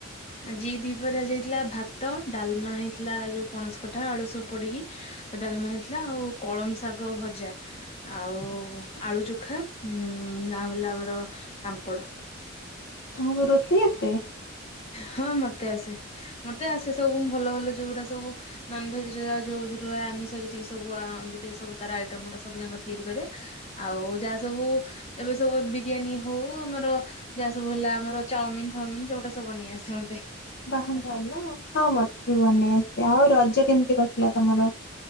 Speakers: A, on the left; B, on the left.
A: ଆଜି ଦି ପହରେ ଆଜି ହେଇଥିଲା। ଭାତ, ଡାଲମା ହେଇଥିଲା ଯୋଉ ପଣସ କଠା ଆଳୁ ସବୁ ପଡିକି। ଭାତ ଡାଲମା ହେଇଥିଲା। ଆଉ କଳମ ଶାଗ ଭଜା। ଆଉ ଆଳୁ ଚୋଖା ଉ ଆଉ ହେଲା ଆମର ପାମ୍ପଡ଼।
B: ତୁମକୁ ରୋଷେଇ ଆସେ?
A: ହଁ ମତେ ଆସେ। ମତେ ଆସେ ସବୁ ଭଲ ଭଲ ଯୋଉଗୁଡା ସବୁ ନନଭେଜ ଯଉ ଆମିଷ ଯେତିକି ସବୁ ଆ ଯେତିକି ସବୁ ତାର ଆଇଟମ ଗୁଟା ସବୁ ଯାକ ତିଆରି କରେ ଆଉ ଯାହା ସବୁ। ଏବେ ସବୁ ବିରିୟାନୀ ହଉ ଆମର ଯାହା ସବୁ ହେଲା ଆମର ଚାଉମିନ ଫାଓମିନି ଯୋଉଗୁଡା ସବୁ ସବୁ ବନେଇ ଆସେ ମତେ।
B: ବାହା ଭଲ ଆଉ। ହଁ ମତେ ବି ବନେଇ ଆସେ ଆଉ ରଜ କେମିତି କଟିଲା ତମର?